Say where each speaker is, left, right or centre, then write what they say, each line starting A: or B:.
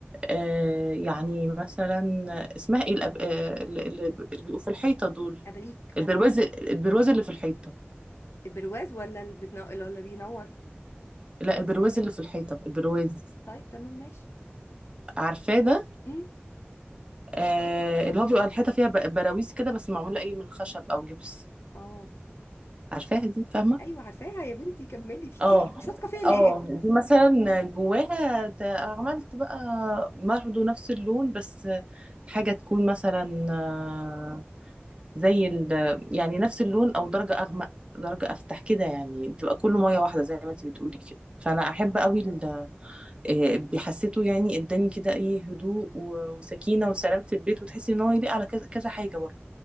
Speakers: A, on the right (about 25°); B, on the left (about 75°).
A: آه يعني مثلا اسمها ايه الأب... آه اللي اللي بيبقوا في الحيطه دول
B: اباليك
A: البرواز البرواز اللي في الحيطه
B: البرواز ولا اللي بتنو... ولا بينور
A: لا البرواز اللي في الحيطه البرواز
B: طيب تمام ماشي
A: عارفاه ده
B: امم
A: آه اللي هو بيبقى الحيطه فيها ب- براويز كده بس معموله ايه من خشب او جبس
B: اه
A: عارفاها دي فاهمه
B: ايوه عارفاها يا بنتي كملي في
A: اه
B: ايه انت مش واثقه فيا
A: اه
B: ليه
A: دي مثلا جواها ت- عملت بقى برضه نفس اللون بس حاجة تكون مثلا آه، زي ال يعني نفس اللون او درجة اغمق درجة افتح كده يعني تبقى كله مية واحدة زي ما انت بتقولي كده فانا احب قوي ال- آه، بحسيته يعني اداني كده ايه هدوء و- وسكينة وسلام في البيت وتحسي ان هو يليق على كذا كذا حاجة برضه